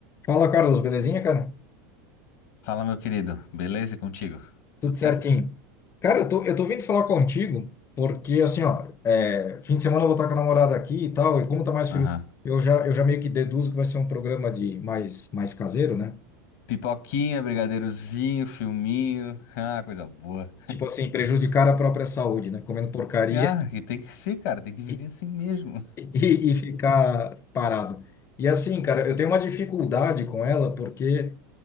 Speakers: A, on the left (about 25°); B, on the left (about 70°).
A: Fala, Carlos, belezinha, cara?
B: Fala, meu querido. Beleza e contigo?
A: Tudo
B: Tudo
A: certinho.
B: certo?
A: Cara, eu tô, eu tô vindo falar contigo porque, assim, ó, é, fim de semana eu vou estar com a namorada aqui e tal, e como tá mais frio,
B: Aham.
A: eu já, eu já meio que deduzo que vai ser um programa de mais, mais caseiro, né?
B: Pipoquinha, brigadeirozinho, filminho. <laughs> Ah, coisa boa.
A: Tipo assim, prejudicar a própria saúde, né? Comendo porcaria
B: Ah, e tem que ser, cara. Tem que viver
A: e,
B: assim mesmo. <laughs>
A: e, e ficar parado. E assim, cara, eu tenho uma dificuldade com ela porque